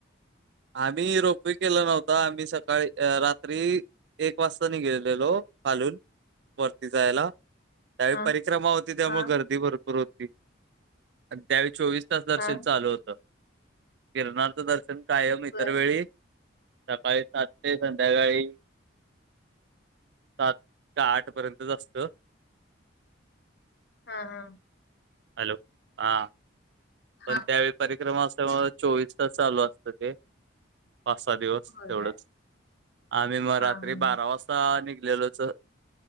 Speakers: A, on the right; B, on the left.
A: आम्ही रोपवे केला नव्हता, आम्ही सकाळी रात्री एक वाजता <unintelligible> गेलेलो, खालून वरती जायला. त्यावेळी
B: हा
A: परिक्रमा होती, त्यामुळे
B: हा
A: गर्दी भरपूर होती, आणि त्यावेळी चोवीस दर्शन
B: हा
A: चालू होतं, गिरनारचं दर्शन कायम इतर
B: बर
A: वेळी सकाळी सात ते संध्याकाळी सात का आठ पर्यंतच असतं.
B: हा हा.
A: हॅलो? हा पण
B: हा
A: त्यावेळी परिक्रमा असल्यामुळ, चोवीस तास चालू असत ते. पाच सहा दिवस
B: होय
A: एवढच,
B: काय
A: आम्ही म
B: हा
A: रात्री
B: हा हा
A: बारा वाजता ता, निघालेलोच